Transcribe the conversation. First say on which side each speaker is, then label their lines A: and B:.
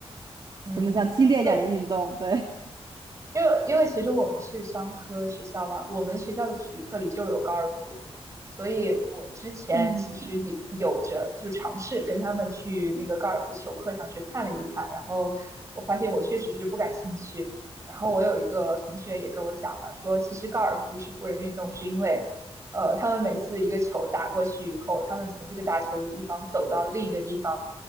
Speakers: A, on the right; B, on the right.
A: <laughs> 嗯，
B: 怎么讲激烈一点的运动，
A: 因为
B: 对。
A: 因为因为其实我们是商科学校嘛，我们学校的体育课里就有高尔夫，所以我之前其实也有着就尝试跟他们去那个高尔夫球课上去看了一看，
B: <laughs> 嗯，
A: 然后我发现我确实是不感兴趣。然后我有一个同学也跟我讲了，说其实高尔夫是富人运动，是因为呃，他们每次一个球打过去以后，他们从这个打球的地方走到另一个地方，